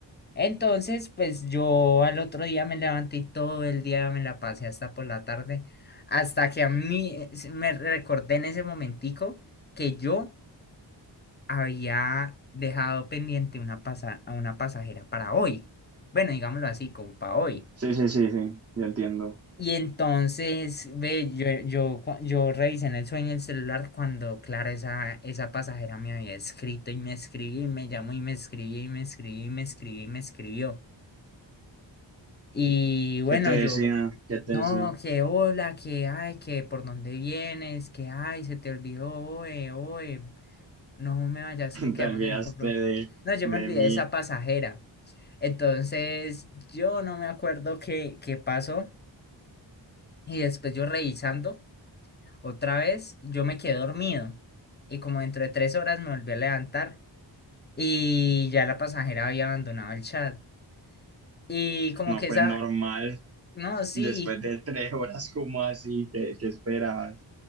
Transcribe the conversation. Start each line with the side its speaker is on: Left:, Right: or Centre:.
Left: Entonces, pues yo al otro día me levanté y todo el día me la pasé hasta por la tarde, hasta que a mí eh, se- me recordé en ese momentico que yo había dejado pendiente una pasa- a una pasajera para hoy. Bueno, digámoslo así, como para hoy.
Right: Sí, sí, sí, sí, yo entiendo.
Left: Y entonces, ve, yo, yo, cua- yo revisé en el sueño el celular cuando, claro, esa, esa pasajera me había escrito y me escribí, y me llamó y me escribí, y me escribí, y me escribí, y me escribió. Y bueno,
Right: ¿Qué te decía?
Left: yo,
Right: ¿Qué te
Left: no,
Right: decía?
Left: que hola, que ay, que por dónde vienes, que ay, se te olvidó, oe, oe, no me vayas, que quedamos
Right: Te olvidaste
Left: en un compromiso.
Right: de,
Left: No, yo
Right: de
Left: me olvidé
Right: mí.
Left: de esa pasajera. Entonces, yo no me acuerdo qué, qué pasó. Y después yo revisando otra vez, yo me quedé dormido. Y como dentro de tres horas me volví a levantar. Y ya la pasajera había abandonado el chat. Y como
Right: No,
Left: que
Right: pues
Left: esa,
Right: normal.
Left: no, sí,
Right: Después de tres horas, como así? ¿Qué, qué esperabas?